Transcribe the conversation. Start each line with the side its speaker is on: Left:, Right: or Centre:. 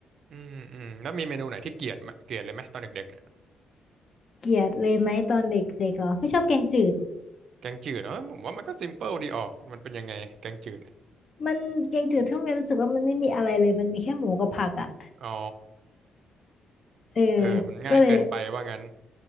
Right: อืมอืมแล้วมีเมนูไหนที่เกลียดมั้ยเกลียดเลยไหมตอนเด็กๆเนี่ย
Left: เกลียดเลยไหมตอนเด็กๆเหรอไม่ชอบแกงจืด
Right: แกงจืดเหรอเออผมว่ามันก็ซิมเปิลดีออกมันเป็นยังไงแกงจืดเนี่ย
Left: มันแกงจืดที่โรงเรียนรู้สึกว่ามันไม่มีอะไรเลยมันมีแค่หมูกับผักอ่ะ
Right: อ๋อ
Left: เออ
Right: เออมันง่ายเกินไปว่างั้น
Left: ก็เลย